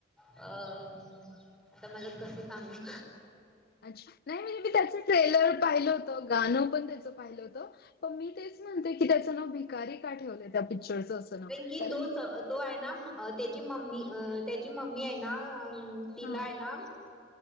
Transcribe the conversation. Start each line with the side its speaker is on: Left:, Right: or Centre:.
Centre: अम्म, आता मला कस सांगू?
Left: अच्छा, नाही म्हणजे मी त्याच ट्रेलर पाहिलं होत, गाणं पण त्याच पाहिलं होत, पण मी तेच म्हणते की त्याचं नाव भिकारी का ठेवलंय त्या पिक्चरचं असं नाव,
Centre: की
Left: कारण
Centre: तो तो आहे ना म त्याची मम्मी अ त्याची मम्मी आहे ना अम्म तिला
Left: हां.
Centre: आय ना